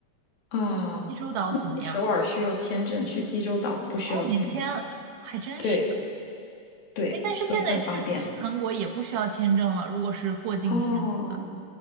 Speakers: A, on the left (about 75°); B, on the right (about 70°).
A: 啊，
B: 济州岛怎么样？
A: 去首尔需要签证，去济州岛不需要签证。
B: 哦，免签，还真是。
A: 对对，
B: 哎，但是现在去去韩国也不需要签证了，
A: 所以更方便。
B: 如果是过境签，
A: 哦